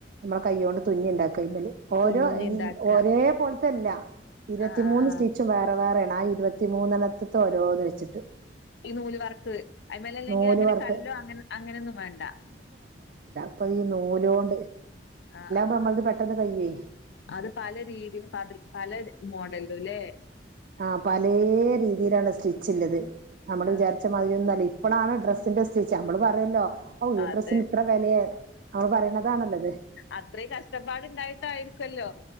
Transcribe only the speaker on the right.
മ്മളെ കൈയ്യോണ്ട് തുന്നിണ്ടാക്കയ്മല് ഓരോ
ഈ ഓരേ പോൽ ത്തല്ല ഇരുവത്തിമൂന്ന്
സ്റ്റിച്ചും വേറെ വേറെണ് ആഹ് ഇരുപത്തിമൂന്നെണ്ണത്ത്ത്തൊരോന്ന് വെച്ച്ട്ട്
നൂല്
വർക്ക്
പ്പതീ നൂലോണ്ട്
പ്പമ്മൾത് പെട്ടെന്ന് കയ്യ്യേ
ആഹ് പലേ രീതിയിലാണ് സ്റ്റിച്ചില്ലത് നമ്മള്
വിജാര്ച്ച മാതിരിന്നൊല്ലേ ഇപ്പളാണ് ഡ്രസ്സ്ന്റെ സ്റ്റിച്ച് അമ്മള് പറെല്ലോ ഔ ഈ
ഡ്രസ്സിനിത്ര വെലയാ അവൾ പറിണതാണല്ലോത്